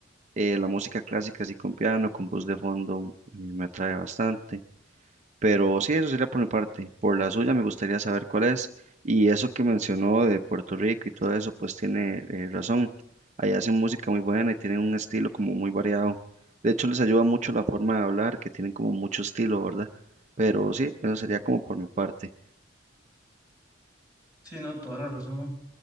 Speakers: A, on the right; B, on the left.
A: Eh, la música clásica así con piano, con voz de fondo, eh, me atrae bastante. Pero sí, eso sería por mi parte. Por la suya me gustaría saber cuál es. Y eso que mencionó de Puerto Rico y todo eso, pues tiene eh, razón. Allá hacen música muy buena y tienen un estilo como muy variado. De hecho, les ayuda mucho la forma de hablar, que tienen como mucho estilo, ¿verdad? Pero sí, eso sería como por mi parte.
B: Sí, no, toda la razón.